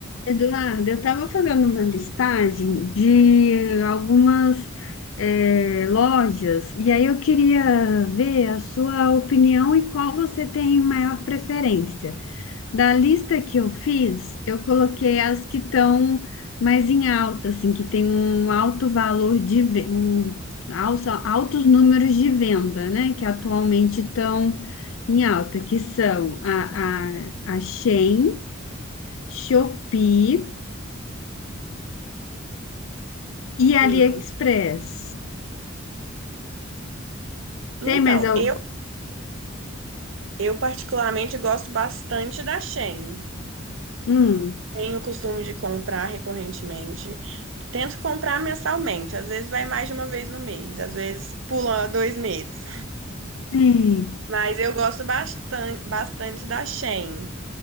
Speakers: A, on the left (about 70°); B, on the right (about 70°).
A: Eduardo, eu estava fazendo uma listagem de algumas eh, lojas e aí eu queria ver a sua opinião e qual você tem maior preferência. Da lista que eu fiz, eu coloquei as que estão mais em alta, assim, que tem um alto valor de ve- um, alça- altos números de venda, né? Que atualmente estão em alta, que são a, a, a Shein, Shopee. E AliExpress?
B: Sim. Então,
A: Tem mais algum?
B: eu, eu particularmente gosto bastante da Shein.
A: Hum,
B: Tenho o costume de comprar recorrentemente. Tento comprar mensalmente, às vezes vai mais de uma vez no mês, às vezes pula dois meses.
A: sim.
B: Mas eu gosto bastante, bastante da Shein.